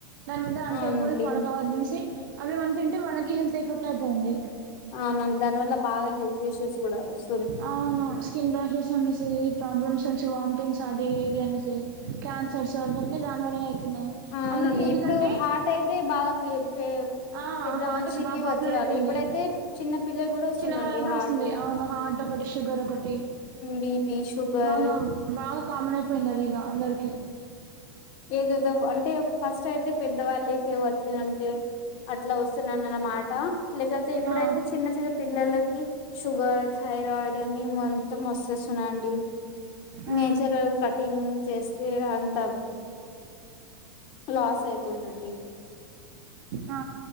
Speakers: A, on the right; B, on the left.
A: దాని మీద అంటే
B: అవునండి
A: ఎక్కువ రె పడుగావ చూసి అవి మనం తింటే మనకి హెల్త్ ఎఫెక్ట్ అయితంది
B: అవునన్ దాని వల్ల బాగా హల్త్ ఇష్యూస్ కూడా వస్
A: అవును స్కిన్ ర్రాషెస్ అనేసి ప్రాబ్లమ్స్ కొంచి వాంటింగ్స్ అది ఇది అనేసి క్యాన్సర్స్ అవన్నీ దాని వలనే అయితున్నాయ్
B: ఆ అవునండి
A: అందుకె ఏంటిదంటే
B: ఇప్పుడు హార్ట్ అయితే బాగా పె పె
A: ఆ
B: పెద్ద
A: హాట్
B: మనిషికి
A: అయితే బాగా పాపులర్
B: వచ్చేవాళ్ళు
A: అయిపోయింది
B: ఇప్పుడైతే చిన్న పిల్లలు కూడా వస్తుందండి
A: చిన్నవాళ్ళ కూడా
B: హార్ట్
A: అస్తుంది అవును హాట్ ఒకటి షుగర్ ఒకటి
B: బిపి షుగర్
A: మగం బాగా కామన్ అయిపోయింది అది ఇగా అందర్కి
B: ఏదోదో అంటే ఫస్ట్ అయితే పెద్దవాళ్ళకె వచ్చినంటే అట్లా వస్తున్నన్నాన్మాట లేదాతే ఇప్పుడైతే
A: ఆ
B: చిన్న చిన్న పిల్లలకి షుగర్ థైరాయిడ్ అని మంత్ మస్తస్ న్నాయండి
A: ఆ
B: నేచర్ కటింగ్ చేస్తే అంత లాస్ అయితుందండి
A: ఆ